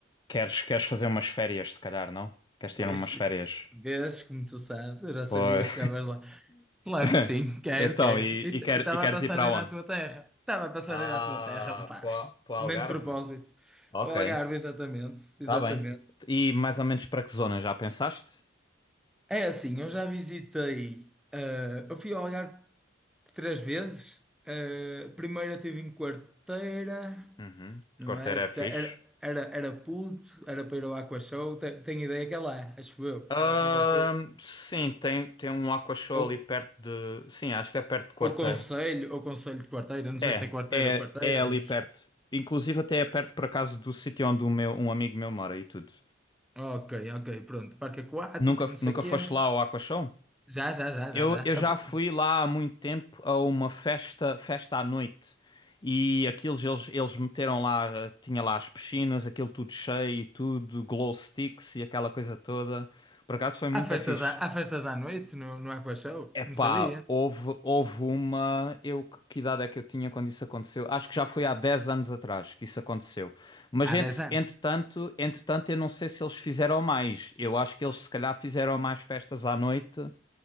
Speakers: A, on the left; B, in the centre.
A: Queres, queres fazer umas férias, se calhar, não? Queres tirar
B: Pois,
A: umas férias?
B: vês, como tu sabes, eu já
A: Pois.
B: sabia que chegavas lá. Claro
A: <laughs>
B: que sim, quero,
A: Então,
B: quero.
A: e,
B: E
A: e,
B: t-
A: quer-
B: e estava
A: e queres
B: a passar
A: ir para
B: em ir
A: onde?
B: à tua terra. Estava a passar
A: Ah,
B: em ir à tua terra, pá.
A: para o Algarve.
B: Nem de propósito.
A: Ok,
B: O Algarve, exatamente,
A: está
B: exatamente.
A: bem. E mais ou menos para que zona já pensaste?
B: É assim, eu já visitei. eh, eu fui ao Algarve três vezes. Eh, primeiro eu estive em Quarteira,
A: Uhum.
B: não
A: Corteira
B: é? Porque
A: é fixe.
B: era, era, era puto, era para ir ao Aqua Show. Te- Tenho ideia que é lá, acho eu,
A: Ahn,
B: na, na altura.
A: sim, tem, tem um Aqua Show
B: Ou,
A: ali perto de. Sim, acho que é perto de Quarteira.
B: ou Conselho, ou Conselho de Quarteira, não
A: É,
B: sei se é Quarteira
A: é,
B: ou Quarteira,
A: é ali
B: mas.
A: perto. Inclusive até é perto por acaso do sítio onde o meu, um amigo meu mora e tudo.
B: Ok, ok, pronto. Parque aquático,
A: Nunca,
B: não sei
A: nunca
B: o quê.
A: foste lá ao Aqua Show?
B: Já, já, já, já,
A: Eu,
B: já.
A: eu
B: Há
A: já
B: pro-
A: fui lá há muito tempo a uma festa, festa à noite. E aquilo eles, eles meteram lá, eh, tinha lá as piscinas, aquilo tudo cheio e tudo, glow sticks e aquela coisa toda. Por acaso foi muito
B: há festas
A: fixe.
B: à, há festas à noite no, no Aqua Show?
A: Epá,
B: Não sabia.
A: houve, houve uma. Eu, que que idade é que eu tinha quando isso aconteceu? Acho que já foi há 10 anos atrás que isso aconteceu. Mas
B: Há
A: entre,
B: dez anos.
A: entretanto, entretanto, eu não sei se eles fizeram mais. Eu acho que eles se calhar fizeram mais festas à noite.